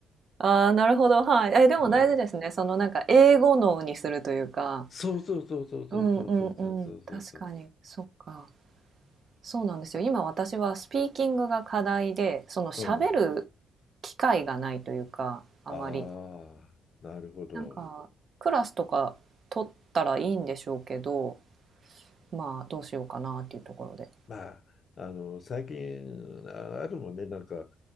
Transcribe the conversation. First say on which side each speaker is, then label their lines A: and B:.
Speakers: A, on the right; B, on the left.
A: ああ、なるほど、はい。え、でも大事ですね。
B: うん
A: そのなんか英語脳にするというか。
B: そうそうそうそうそうそうそうそうそうそうそ
A: うんうんうん。確かに。そっか。そうなんですよ。今私はスピーキングが課題で、その喋る
B: う。うん。
A: 機会がないというか、あまり。
B: ああ、なるほど。
A: なんか、クラスとか取ったらいいんでしょうけど、まあ、どうしようかなっていうところで。
B: まあ、あの、最近ああるもんね、なんか、